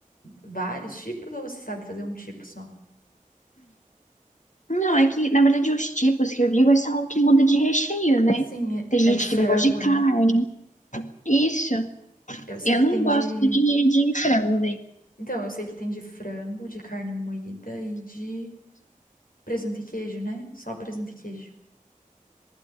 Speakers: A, on the left; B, on the left.
A: vários tipos ou você sabe fazer um tipo só?
B: Não, é que, na verdade, os tipos que eu digo é só o que muda de recheio, né?
A: Sim, é
B: Tem
A: é
B: gente
A: de frango,
B: que não gosta de carne.
A: né?
B: Isso.
A: Eu sei
B: Eu
A: que
B: não
A: tem
B: gosto
A: de.
B: de, de frango daí.
A: Então, eu sei que tem de frango, de carne moída e de presunto e queijo, né? Só presunto e queijo.